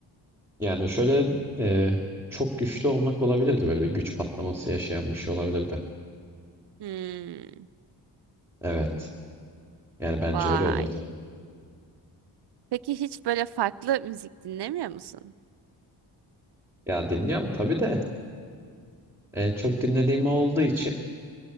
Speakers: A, in the centre; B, on the right.
A: Yani şöyle eee, çok güçlü olmak olabilirdi böyle bir güç patlaması yaşayan bir şey olabilirdi.
B: Hmm.
A: Evet. Yani bence
B: Vay.
A: öyle olurdu.
B: Peki hiç böyle farklı müzik dinlemiyor musun?
A: Ya dinliyorum tabii de en çok dinlediğim o olduğu için